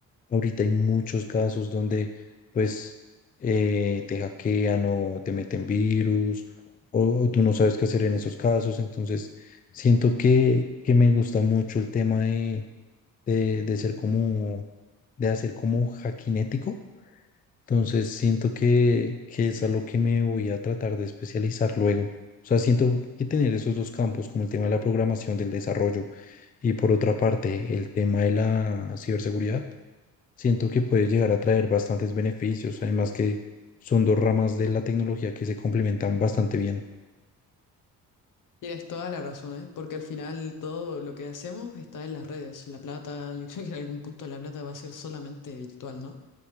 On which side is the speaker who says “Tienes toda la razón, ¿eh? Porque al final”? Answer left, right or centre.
Left